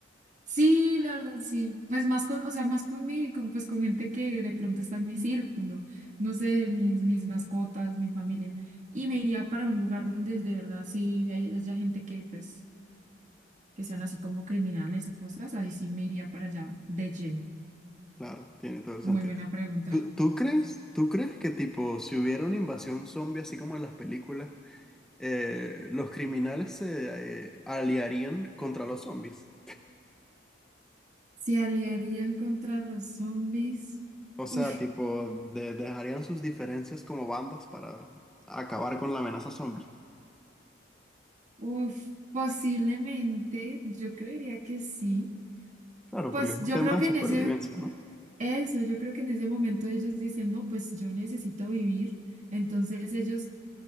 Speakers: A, on the right (about 40°); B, in the centre.
A: Sí, la verdad, sí. Pues más con, o sea, más con mi, con, pues con gente que de pronto está en mi círculo, no sé, mis, mis mascotas, mi familia. Y me iría para un lugar donde de verdad sí hay- haya gente que, pues, que sean así como criminales o cosas, ahí sí me iría para allá de lleno.
B: Claro, tiene todo el
A: Muy
B: sentido.
A: buena pregunta.
B: ¿Tú,
A: <laughs>
B: tú crees, tú crees que tipo, si hubiera una invasión zombie así como en las películas? eh, los criminales se eh, aliarían contra los zombies.
A: ¿Se aliarían contra los zombies?
B: O sea,
A: Uf,
B: tipo, de- dejarían sus diferencias como bandas para acabar con la amenaza zombie.
A: uf, posiblemente, yo creería que sí.
B: Claro,
A: Pues
B: porque es
A: yo
B: un tema
A: creo que
B: de supervivencia,
A: en ese,
B: ¿no?
A: Eso, yo creo que en ese momento ellos dicen, no, pues yo necesito vivir. Entonces ellos